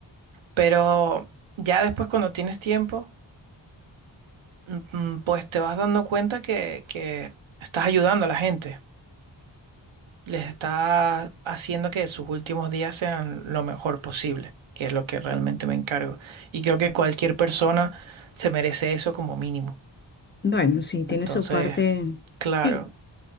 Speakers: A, on the right; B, on the left.
A: pero ya después cuando tienes tiempo, mm, mm, pues te vas dando cuenta que, que estás ayudando a la gente, les estás haciendo que sus últimos días sean lo mejor posible, que es lo que realmente me encargo. Y creo que cualquier persona se merece eso como mínimo.
B: Bueno, sí, tiene
A: Entonces,
B: su parte.
A: claro.
B: sí,